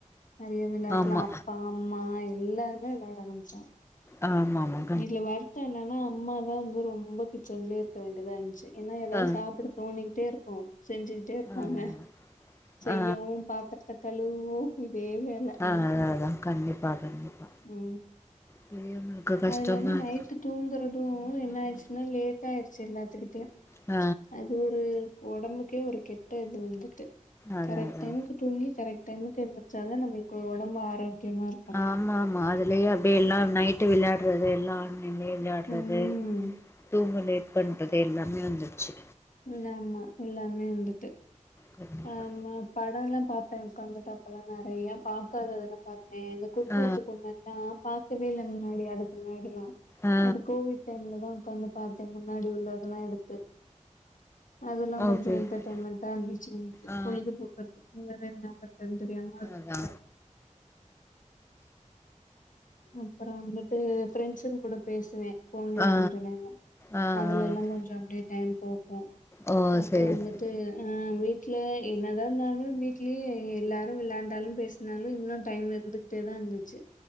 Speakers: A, on the left (about 85°); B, on the left (about 20°).
A: நெறையா விளாட்டுலா
B: ஆமா
A: அப்பா அம்மா எல்லாருமே விளாட ஆரம்பிச்சாங்க
B: ஆமா ஆமாங்
A: இதுல வருத்தோ என்னன்னா அம்மாதா வந்து ரொம்ப கிச்சன்லயே இருக்க வேண்டியதா இருந்துச்சி ஏன்னா ஏதாவது
B: ஆ
A: சாப்ட தோணிக்கிட்டே இருக்கு செஞ்சிக்கிட்டே இருப்பாங்க
B: அதாதா
A: செய்யவு
B: ஆ
A: பாத்தரத்த கழுவவு இதே வேல
B: ஆ அதா அதா கண்டிப்பா கண்டிப்பா
A: ம்
B: பெரியவங்களுக்கு கஷ்டந்தா
A: அது இல்லாம
B: அது
A: நைட்டு தூங்குறது என்ன ஆயிர்ச்சின்னா லேட்டா ஆயிருச்சி எல்லாத்துக்கிட்டயு
B: ஆ
A: அது ஒரு ஒடம்புக்கே ஒரு கெட்ட இது வந்துட்டு
B: அதா
A: கரெக்ட்
B: அதா
A: டைமுக்கு தூங்கி கரெக்ட் டைமுக்கு எந்திரிச்சாதா நம்மளுக்கு ஒடம்பு ஆரோக்கியமா இருக்கு
B: ஆமா ஆமா அதுலயே அப்டியே எல்லா நைட்டு விளையாட்றது எல்லா அண்ணிலயே விளையாட்றது
A: ம்
B: தூங்க லேட் பண்றது எல்லாமே வந்துருச்சி
A: இல்லாமா எல்லாமே வந்துட்டு
B: கண்டிப்பா
A: ஆமா படோல்லா பாப்பே ஒக்காந்துட்டு அப்பல்லா நெறையா பாக்காத இதெல்லா பாத் ஆ இந்த குத்து
B: ஆ
A: வச்ச கும்பட்டா பாக்கவே இல்ல முன்னாடி அதுக்கு முன்னாடில்லா
B: ஆ
A: அது கோவிட் டைம்லதா உக்காந்து பாத்தே முன்னாடி உள்ளதெல்லா எடுத்து அதெல்லா கொஞ்சோ
B: ஓகே
A: என்டர்டெயன்மெண்ட்டா
B: ஓகே
A: இருந்துச்சி எனக்கு
B: ஆ
A: பொழுதுபோக்கறதுக்கு வேற என்ன பண்றதுன்னு தெரியாம அத
B: அதா
A: வைப்பே அப்பறோ வந்துட்டு ஃப்ரெண்ட்ஸுங்க கூட பேசுவே ஃபோன்ல
B: ஆ
A: கொஞ்ச நேரோ
B: ஆ ஆ
A: அதுல எல்லா கொஞ்சோ அப்டியே டைம் போகு
B: ஓ
A: அப்பறோ
B: சேரி
A: வந்துட்
B: சேரி
A: டு ஆ வீட்ல என்னதா இருந்தாலு வீட்லயே எல்லாரு விளையாண்டாலு பேசு னாலு இன்னு டைம் இருந்துகிட்டேதா இருந்துச்சி